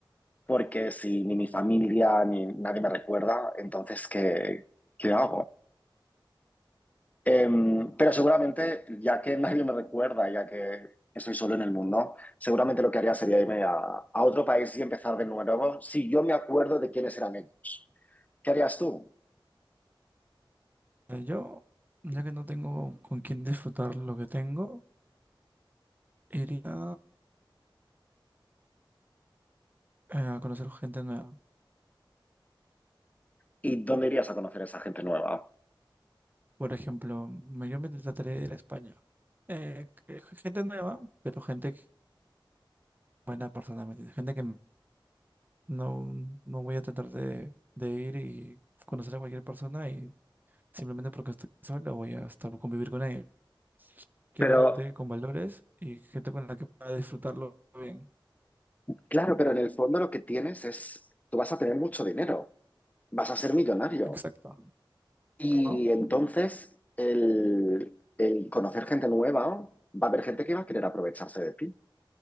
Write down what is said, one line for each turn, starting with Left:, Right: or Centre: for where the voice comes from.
Left: porque si ni mi familia ni nadie me recuerda, entonces, ¿qué, qué hago? Em, pero seguramente, ya que nadie me recuerda, ya que estoy solo en el mundo, seguramente lo que haría sería irme a, a otro país y empezar de nuevo si yo me acuerdo de quiénes eran ellos. ¿Qué harías tú?
Right: Eh, yo, ya que no tengo con quién disfrutar lo que tengo, iría eh, a conocer gente nueva.
Left: ¿Y dónde irías a conocer a esa gente nueva?
Right: Por ejemplo, me- yo me trataré de ir a España. Eh, que- gente nueva, pero gente que- buena personalmente, gente que No, no voy a tratar de, de ir y conocer a cualquier persona y simplemente porque estoy sola voy a estar convivir con ella. Quiero
Left: Pero,
Right: gente con valores y gente con la que pueda disfrutarlo bien.
Left: claro, pero en el fondo lo que tienes es, tú vas a tener mucho dinero, vas a ser millonario.
Right: Exacto.
Left: Y
Right: ¿No?
Left: entonces el, el conocer gente nueva, va a haber gente que va a querer aprovecharse de ti.